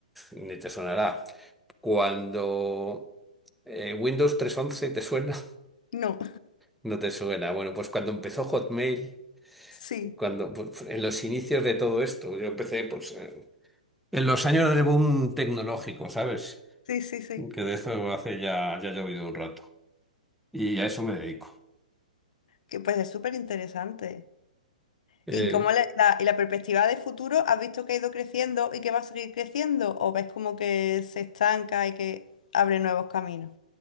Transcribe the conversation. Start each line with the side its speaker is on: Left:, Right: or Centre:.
Centre: ni te sonará. Cuando eh, Windows trescientos once te suena,
Left: no,
Centre: <laughs> no te suena. Bueno, pues cuando empezó Hotmail,
Left: sí,
Centre: cuando pues, en los inicios de todo esto, yo empecé pues eh, En los años de boom tecnológico, ¿sabes?
Left: sí, sí, sí.
Centre: Que de eso hace ya, ya ha llovido un rato. Y a eso me dedico.
Left: Que pues es súper interesante.
Centre: Eh,
Left: ¿Y cómo la, la- y la perspectiva de futuro, has visto que ha ido creciendo y que va a seguir creciendo? ¿O ves como que se estanca y que abre nuevos caminos?